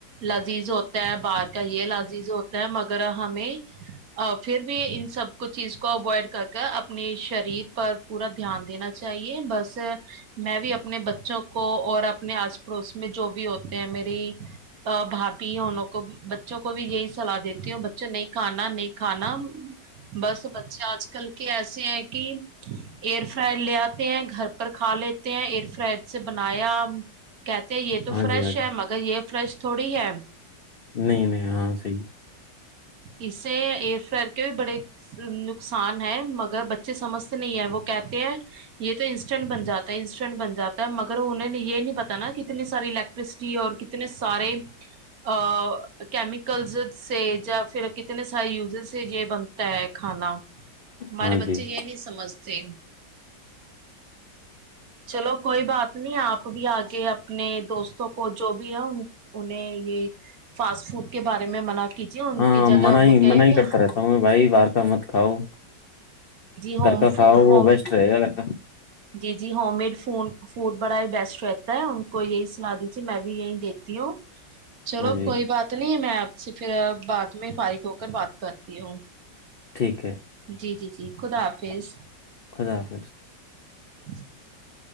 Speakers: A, on the right; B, on the left.
A: لذیذ ہوتا ہے باہر کا یہ لذیذ ہوتا ہے مگر ہمیں پھر بھی ان سب کچھ چیز کو کو اوائڈ کر کر اپنے شریر پر پورا دھیان دینا چاہیے بس میں بھی اپنے بچوں کو کو اور اپنے آس پڑوس میں جو بھی ہوتے ہیں میری بھابھی ہے انوں کو بچوں کو بھی یہی سلاح دیتی ہوں بچے نہیں کھانا نہیں کھانا بس بچے آج کل کے ایسے ہیں کہ ایئر فرائڈ لے آتے ہیں گھر پر کھا لیتے ہیں ایئر فرائڈ سے بنایا کہتے ہیں یہ تو
B: ہاں
A: فریش
B: جی ہاں
A: ہے مگر یہ فریش تھوڑی ہے
B: نہیں نہیں ہاں صحی
A: اسے ایر فر کے بھی بڑے نقصان ہے مگر بچے سمجتے نہیں ہے وہ کہتے ہیں یہ تو انسٹنٹ بن جاتا ہے انسٹنٹ بن جاتا ہے مگر انہیں یہ نہیں پتا نا کہ اتنی ساری الیکٹ سٹی اور کتنے سارے ا کیم <unintelligible> گز سے یا پھر کتنے ا یوزز ہے یہ بنتا ہے کھانا ہمارے
B: ہاں جی
A: بچے یہ نہیں سمجھتے چلو کوئی بات نہیں آپ بھی آگے اپنے دوستوں کو جو بھی ہے ان انہیں یہ فاسٹ فوڈ کے بارے میں منع کیجیے ان
B: ہاں
A: کی جگہ
B: منع ہی
A: وہ کہے
B: منع ہی
A: ب
B: کرتا رہتا ہوں میں بھائی باہر مت کھاؤ
A: ہوم
B: گھر کا کھاؤ
A: ہوم
B: وہ بیسٹ رہے گا گھر کا
A: جی جی ہوم میڈ ف فوڈ بڑا ہی بیسٹ رہتا ہے ان کو یہی سلا دیجیے میں بھی یہی دیتی ہوں چلو
B: ہاں جی
A: کوئی بات نہیں میں اب سے پھر بعد میں فارغ ہو کر بات کرتی ہوں
B: ٹھیک ہے <inaudible>
A: جی جی جی خدا حافظ
B: خدا حافظ
A: بس <inaudible>